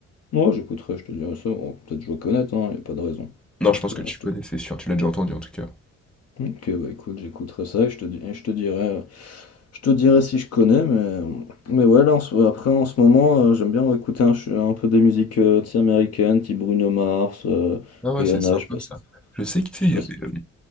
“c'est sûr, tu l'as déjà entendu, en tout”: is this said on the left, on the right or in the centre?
Centre